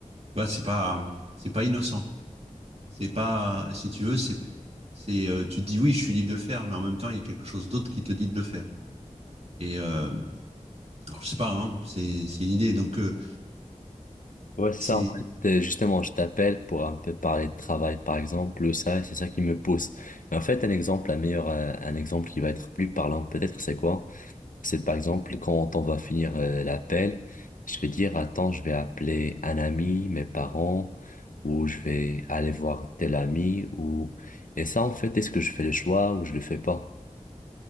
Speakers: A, on the right (about 50°); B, on the left (about 85°).
A: vois, c'est pas, c'est pas innocent. C'est pas, si tu veux, c'est, c'est, euh, tu te dis oui, je suis libre de le faire, mais en même temps, il y a quelque chose d'autre qui te dit de le faire. Et, euh, Alors, je sais pas, hein, c'est c'est une idée. Donc, euh,
B: ouais, c'est
A: c'est
B: ça, en fait, euh, justement, je t'appelle pour un peu parler de travail, par exemple, ça, c'est ça qui me pousse. Mais en fait, un exemple, un meilleur, euh, un exemple qui va être plus parlant, peut-être, c'est quoi? C'est par exemple, quand on va finir euh, l'appel, je vais dire, attends, je vais appeler un ami, mes parents, ou je vais aller voir tel ami, ou... Et ça, en fait, est-ce que je fais le choix ou je le fais pas?